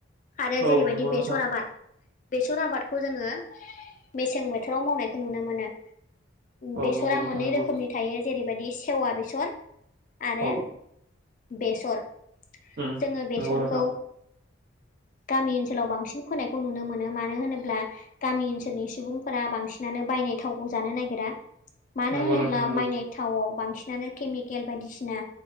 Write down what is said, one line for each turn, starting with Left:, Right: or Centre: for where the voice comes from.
Left: आरो
Right: औ
Left: जेरैबायदि
Right: नंगौ
Left: बेसर
Right: नोंथां
Left: आबाद बेसर आबादखौ जोङो मेसें बोथोराव मावनायखौ नुनो मोनो।
Right: औ
Left: बेसरा
Right: नंगौ नोंथां
Left: मोननै
Right: नंगौ
Left: रोखोमनि थायो जेरैबायदि सेवा बेसर आरो
Right: औ
Left: बेसर
Right: उम
Left: जोङो बेसरखौ
Right: नंगौ नोंथां
Left: गामि ओनसोलाव बांसिन फोनायखौ नुनो मोनो मानो होनोब्ला गामि ओनसोलनि सुबुंफोरा बांसिनानो बायनाय थावखौ जानो नागिरा मानो
Right: नंगौ
Left: होनो
Right: नोंथां नंगौ
Left: नै थावआव बांसिनानो केमिकेल बायदिसिना